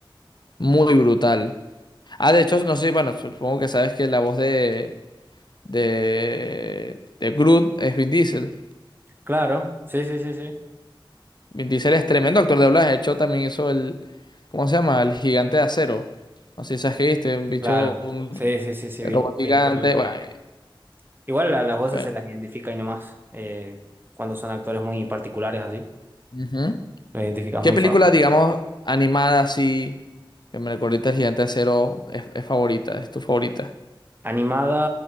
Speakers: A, on the left; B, on the right.
A: muy brutal. Ah, de hecho, no sé, bueno, supongo que sabes que la voz de, de, de Groot es Vin Diesel.
B: Claro, sí, sí, sí, sí.
A: Vin Diesel es tremendo actor de doblaje. De hecho, también hizo el, ¿cómo se llama? El Gigante de Acero. No sé si sabes que viste, un bicho
B: Claro. Sí, sí, sí, sí,
A: El
B: vi.
A: robot gigante.
B: Voy a poder ver,
A: Bueno,
B: puedo ver. Igual la- las voces
A: bueno.
B: se las identifica y nomás. eh, cuando son actores muy particulares así,
A: Ujú.
B: lo identificas
A: ¿Qué
B: muy
A: película,
B: fácil.
A: digamos, animada así, que me recuerda el gigante de acero, es, es favorita? ¿Es tu favorita?
B: Animada,